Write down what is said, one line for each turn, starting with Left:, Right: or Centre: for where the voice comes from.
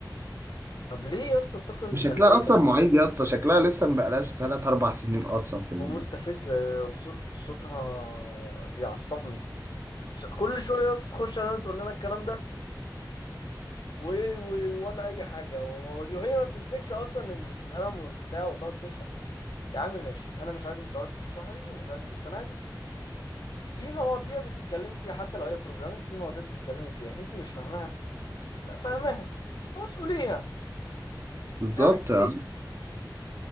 Left: طب ليه يا اسطى الطاقه السلبيه
Right: شكلها أصلا
Left: دي
Right: معيد يا اسطى شكلها لسه مبقالهاش تلات أربع سنين أصلا في ال...
Left: ومستفزه وص- صوتها بيعصبني مش- كل شويه يا اسطى تخش علينا تقول لنا الكلام ده و... و... ولا اي حاجه وما- وهي ما بتمسكش اصلا ال- القلم بتاعه وتقعد تشرح يا عم ماشي انا مش عايزك تقعدي تشرحي لي ومش عايزك بس انا عايزك في مواضيع بتتكلمي فيها حتى لو هي بروجرامينج في مواضيع بتتكلمي فيها انت مش فاهماها لا فاهماها خلاص قوليها
Right: بالظبط
Left: تعملي
Right: يعني
Left: ايه